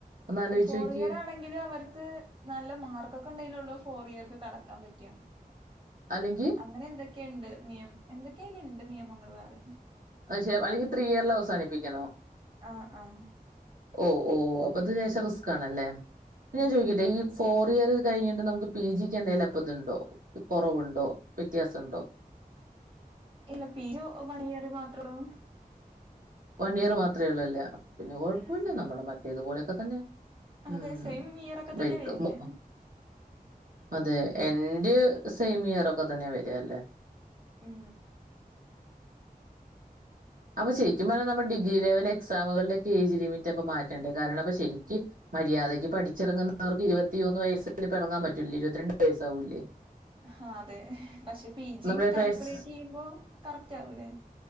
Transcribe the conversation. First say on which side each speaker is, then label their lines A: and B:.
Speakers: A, on the right; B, on the right.
A: ഒന്ന് ആലോചിച്ച്
B: ഫോർ
A: നോക്കിയേ
B: ഇയർ ആണെങ്കി അവർക്ക് നല്ല മാർക്കൊക്കെ ഉണ്ടെലൊള്ളൂ ഫോർ ഇയർക്ക് കടക്കാൻ പറ്റ
A: അല്ലെങ്കി
B: അങ്ങനെ എന്തൊക്കെയ്ണ്ട് നിയമം എന്തൊക്കെയില്ണ്ട് നിയമങ്ങൾ വേറെ
A: അയിശെ അല്ലെങ്കി ത്രീ ഇയറിൽ അവസാനിപ്പിക്കണോ
B: ആഹ് ആഹ്
A: ഓ ഓ അപ്പത് ലേശം റിസ്കാണല്ലേ ഞാൻ
B: ഉം
A: ചോദിക്കട്ടെ ഈ ഫോർ ഇയർ കഴിഞ്ഞിട്ട് നമുക്ക് പി ജിക്ക് എന്തേലും അപ്പതുണ്ടോ കുറവുണ്ടോ വ്യത്യാസണ്ടോ
B: ഇല്ല പിഓ വൺ ഇയർ മാത്രോള്ളൂ
A: വൺ ഇയർ മാത്രേ ഉള്ളൂല്ലേ പിന്നെ കുഴപ്പമില്ല
B: ഉം ഉം
A: നമ്മുടെ മറ്റേതുപോലെയൊക്കെ തന്നെ ഉം
B: അതെ സെയിം ഇയറൊക്കെ
A: <unintelligible>
B: തന്നെ വരുന്നെ
A: അതെ എന്റെ സെയിം ഇയർ ഒക്കെ തന്നെ വര് ആല്ലേ
B: ഉം
A: അപ്പൊ ശരിക്കുംപറഞ്ഞാ നമ്മ ഡിഗ്രി ലെവ എക്സമുകളുടെ ഒക്കെ ഏജ് ലിമിറ്റ് അപ്പ മാറ്റണ്ടേ കാരണം അപ്പ ശരിക്ക് മര്യാദക്ക് പഠിച്ചിറങ്ങുന്നവർക്ക് ഇരുപത്തിയൊന്ന് വയസിൽ ഇറങ്ങാൻ പറ്റൂലെ ഇരുപത്തിരണ്ടു വയസാവൂലേ
B: ആഹ് അതെ പക്ഷെ പി ജി
A: നമ്മുടെ ഇപ്പൊ
B: കാൽക്കുലേറ്റ്
A: എസ്
B: ചെയ്യുമ്പോ കറക്റ്റ് ആവൂലേ